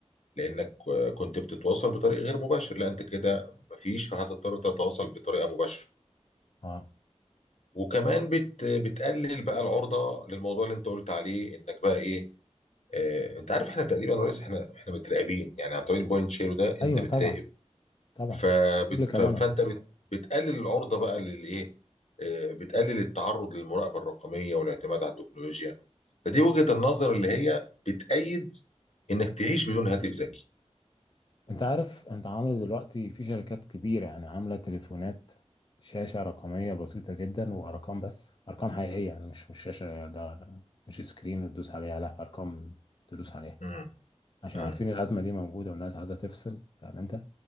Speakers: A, on the left; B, on the left.
A: لأنك آه، كنت بتتواصل بطريق غير مباشر لا أنت كده مفيش فهتضطر تتواصل بطريقة مباشرة
B: اه
A: وكمان بت بتقلل بقى العرضة للموضوع اللي أنت قلت عليه إنك بقى إيه آه، أنت عارف إحنا تقريبا يا ريس إحنا إحنا متراقبين يعني عن طريق البوينت شيرو ده
B: ايوه
A: أنت بتراقب
B: طبعا طبعا
A: فبت...
B: كل
A: ف-
B: كلامك
A: فانت بت... بتقلل العرضه بقى للايه آه، بتقلل التعرض للمراقبه الرقميه والاعتماد على التكنولوجيا فدي وجهه النظر اللي هي بتأيد انك تعيش بدون هاتف ذكي
B: انت عارف انت عامل دلوقتي في شركات كبيرة يعني عاملة تليفونات شاشة رقمية بسيطة جدا وارقام بس ارقام حقيقية يعني مش مش شاشة ده مش سكرين تدوس عليها لا ارقام تدوس عليها
A: مم،
B: عشان
A: مم،
B: عارفين الازمة دي موجودة والناس عايزة تفصل فاهم انت